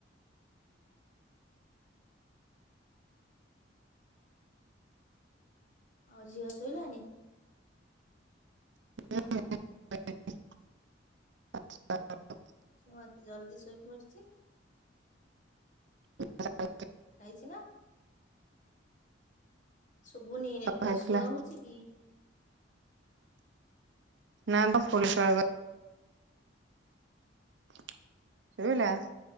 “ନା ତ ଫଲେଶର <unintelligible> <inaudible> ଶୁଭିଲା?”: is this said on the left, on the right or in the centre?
Right